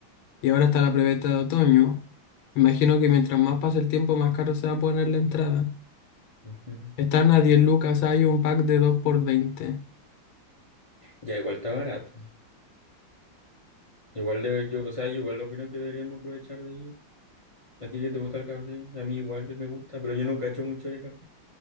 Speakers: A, on the left; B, on the left.
A: y ahora está la preventa de otoño. Imagino que mientras más pase el tiempo, más caro se va a poner la entrada.
B: Ujú.
A: Están a 10 lucas, hay un pack de dos por veinte
B: Ya, igual está barato. Igual de, yo, o sea, yo igual opino que deberíamos aprovechar de ir. ¿A ti que te gusta el café? A mí igual me gusta, pero yo no cacho mucho de café.